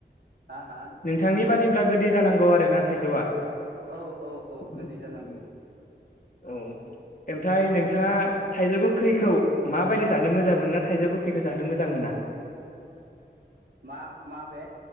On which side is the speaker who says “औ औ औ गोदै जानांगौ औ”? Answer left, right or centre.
Right